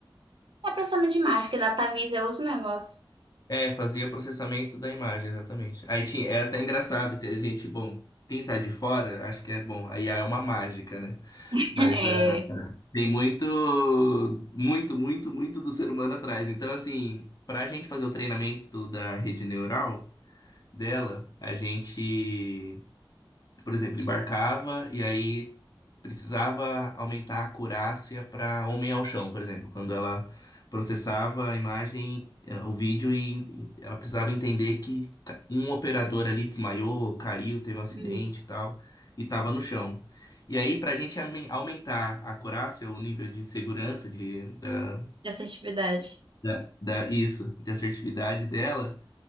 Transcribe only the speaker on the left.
É, fazia processamento da imagem, exatamente. Aí tinha, era até engraçado que a gente, bom, quem tá de fora, acho que é bom, a IA é uma mágica, né?
Mas
é, tem muito, muito, muito, muito do ser humano atrás. Então, assim, pra gente fazer o treinamento da rede neural dela, a gente Por exemplo, embarcava e aí precisava aumentar a acurácia para homem ao chão, por exemplo, quando ela processava a imagem, eh, o vídeo e e ela precisava entender que ca- um operador ali desmaiou, caiu, teve um acidente
e tal, e estava no chão. E aí, para a gente aumen- aumentar a acurácia, o nível de segurança de, da,
da, da- isso, de assertividade dela